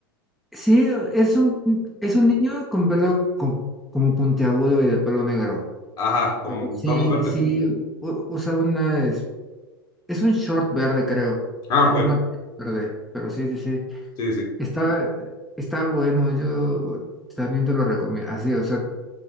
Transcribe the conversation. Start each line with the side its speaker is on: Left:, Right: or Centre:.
Centre: Sí, es un, es un niño con pelo co- como puntiagudo y de pelo negro.
Left: Ajá, con
Centre: Pero sí,
Left: tonos verdes.
Centre: sí, u- usa una, es, es un short verde, creo.
Left: Ah,
Centre: O
Left: ok.
Centre: una verde. Pero sí, sí, sí.
Left: Sí, sí. sí.
Centre: Está, está bueno, yo también te lo recomiendo. Así, o sea,